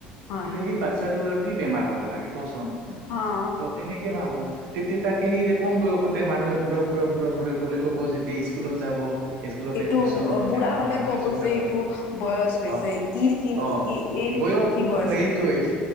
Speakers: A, on the left; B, on the right.
A: হয়
B: কিন্তু সেই বাচ্ছাটোৰ আৰু কি বেমাৰ হ'ব লাগে কোৱাচোন
A: হয়
B: ত' তেনেকে ভাবো। তেতিয়া তাক সেই কম বয়সতে মানুহ বুঢ়া বুঢ়া-বুঢ়া-বুঢ়া বুলি ক'ব যেতিয়া স্কুলত যাব। স্কুলত
A: এইটো
B: এডমিশন
A: এইটো
B: ল'ব
A: বুঢ়া
B: তেতিয়া
A: হলে
B: মানুহে
A: ক'ব
B: জোকাব,
A: যে এইটো বয়স হৈছে
B: অ'-
A: ইৰ কি
B: অ'।
A: ইৰ
B: বয়স
A: কি
B: সেইটোৱেই-
A: হৈছে